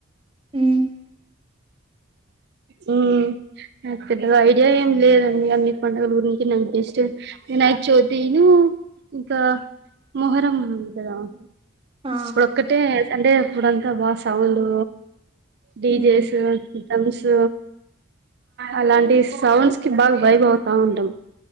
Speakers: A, on the right; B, on the right.
A: హ్మ్
B: హ్మ్ నాకు పెద్దగా ఐడియా ఏం లేదండి అన్ని పండగల గురించి నేను క్రిస్టియన్ వినాయక చవితి ను ఇంకా మొహరం ఉంది కదా
A: ఆ
B: ఇప్పుడొక్కటే అంటే ఇప్పుడంతా బా సౌండు డీజేస్
A: హ్మ్
B: మ్స్ అలాంటి సౌండ్స్ కి బాగా వైబ్ అవుతా ఉంటం